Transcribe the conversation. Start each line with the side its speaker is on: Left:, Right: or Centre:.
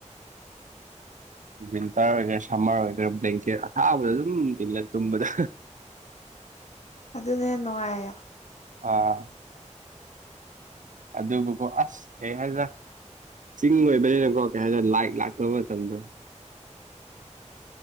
Right: ꯋꯤꯟꯇꯔ ꯑꯣꯏꯒꯦꯔꯥ ꯁꯝꯃꯔ ꯑꯣꯏꯒꯦꯔꯥ ꯕ꯭ꯂꯦꯡꯀꯦꯠ ꯑꯊꯥꯕꯗꯣ ꯑꯗꯨꯝ ꯏꯜꯂꯥ ꯇꯨꯝꯕꯗ
Left: ꯑꯗꯨꯅꯥ ꯍꯦꯟ ꯅꯨꯡꯉꯥꯏꯌꯣ
Right: ꯑꯥ ꯑꯗꯨꯕꯨꯀꯣ ꯑꯁ ꯀꯩ ꯍꯥꯏꯖꯤꯔꯥ ꯆꯤꯡ ꯑꯣꯏꯕꯅꯤꯅꯀꯣ ꯀꯩ ꯍꯥꯏꯔꯦ ꯂꯥꯏ ꯂꯥꯛꯇꯕ ꯃꯇꯝꯗꯣ